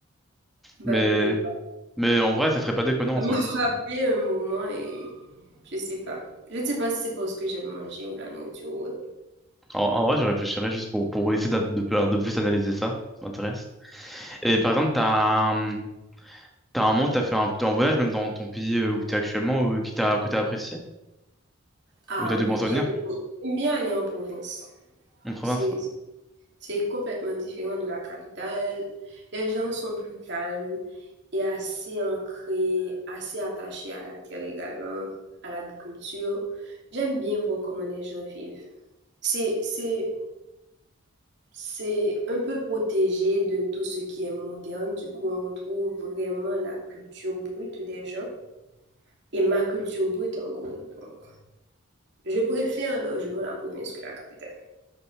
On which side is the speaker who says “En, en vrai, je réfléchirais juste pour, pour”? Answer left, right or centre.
Centre